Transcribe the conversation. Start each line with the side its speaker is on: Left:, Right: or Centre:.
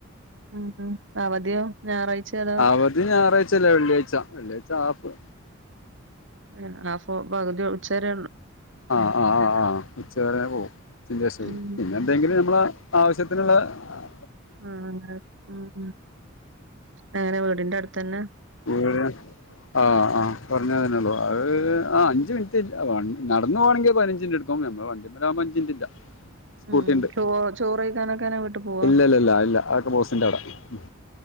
Right: ഉം അവധിയോ ഞായറാഴ്ച അതോ
Left: അവധി ഞായറാഴ്ചല്ല വെള്ളിയാഴ്ച വെള്ളിയാഴ്ച ഹാഫ്
Right: ആഹ് ഹാഫ് പകുതി ഉച്ചരെ ഉള്ളൂ
Left: ആഹ് ആഹ് ആഹ് ആഹ് ഉച്ചവരെ പോവും ഉച്ചേന്റെശേ
Right: ഉം
Left: പിന്നെ എന്തെങ്കിലും നമ്മള ആവശ്യ ത്തിനുള്ള ആഹ്
Right: ആഹ് ആഹ് അങ്ങന വീടിന്റെ അടുത്തന്ന
Left: വീട് ആഹ് ആഹ് പറഞ്ഞ അതിനുള്ളു അത് ആഹ് അഞ്ച് മിനി <unintelligible> വ നടന്നു പൊവാണെങ്കിൽ പതിനഞ്ച് മിനിറ്റ് എടുക്കും നമ്മളെ വണ്ടിന്മേൽ ആവുമ്പ അഞ്ച് മിനിറ്റ് ഇല്ല സ്കൂട്ടീണ്ട്
Right: ഉം ചോ
Left: മ്ഹ്
Right: ചോറ് കഴിക്കാനൊക്കെ അങ്ങനെ വീട്ടിൽ പോവാ
Left: ഇല്ലല്ലല്ല ഇല്ല അ <unintelligible> ബോസിന്റെ അവിട മ്ഹ്